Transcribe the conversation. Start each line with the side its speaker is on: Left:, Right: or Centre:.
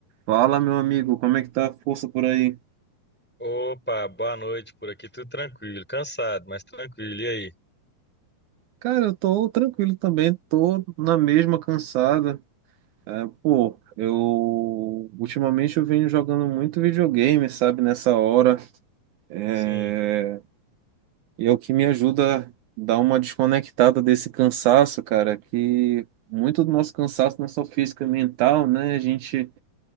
Right: Fala, meu amigo, como é que tá a força por aí?
Centre: Opa, boa noite. Por aqui tudo tranquilo, cansado, mas tranquilo. E aí?
Right: Cara, eu tô tranquilo também, tô na mesma cansada. É, pô, eu ultimamente eu venho jogando muito videogame, sabe, nessa hora. É,
Centre: Sim,
Right: e é o que me ajuda a dar uma desconectada desse cansaço, cara, que muito do nosso cansaço não é só físico, é mental, né? A gente,